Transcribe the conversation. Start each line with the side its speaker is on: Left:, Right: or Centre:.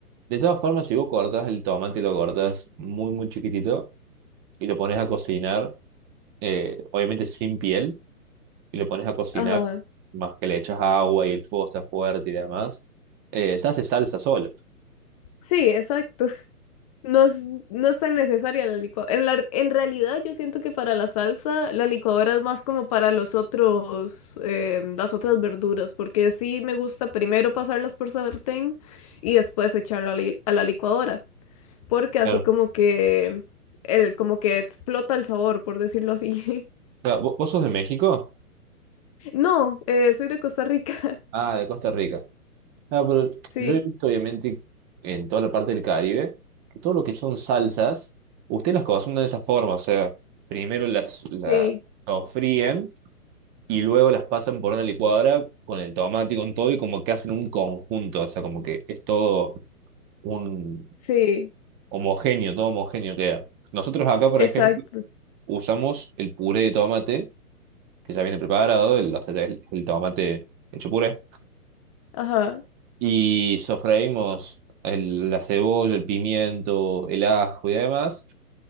Right: De todas formas, si vos cortás el tomate y lo cortás muy, muy chiquitito y lo pones a cocinar, eh, obviamente sin piel, y lo pones a cocinar,
Left: Ajá.
Right: más que le echas agua y el fuego está fuerte y demás, eh, se hace salsa solo.
Left: Sí, exacto. No es, no es tan necesaria la licuadora. En la, en realidad yo siento que para la salsa la licuadora es más como para los otros, eh, las otras verduras, porque sí me gusta primero pasarlas por sartén y después echarlo a la, a la licuadora, porque así
Right: Claro.
Left: como que, el, como que explota el sabor, por decirlo así. <laughs>
Right: Claro, ¿vo- ¿Vos sos de México?
Left: No, eh, soy de Costa Rica. <laughs>
Right: Ah, de Costa Rica. Ah, pero
Left: Sí,
Right: yo he visto, obviamente, en toda la parte del Caribe, que todo lo que son salsas, ustedes las cocinan de esa forma. O sea, primero las, la
Left: sí,
Right: sofríen y luego las pasan por una licuadora con el tomate y con todo, y como que hacen un conjunto. O sea, como que es todo un
Left: sí,
Right: homogéneo, todo homogéneo queda. Nosotros acá, por
Left: exacto.
Right: ejemplo, usamos el puré de tomate, que ya viene preparado, el, o sea, el el tomate hecho puré.
Left: Ajá.
Right: y sofreímos el- la cebolla, el pimiento, el ajo y demás.